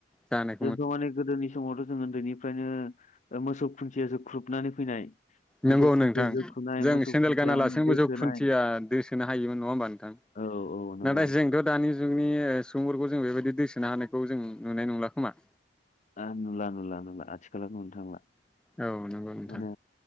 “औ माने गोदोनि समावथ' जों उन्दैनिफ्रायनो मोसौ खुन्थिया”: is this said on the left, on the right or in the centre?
Left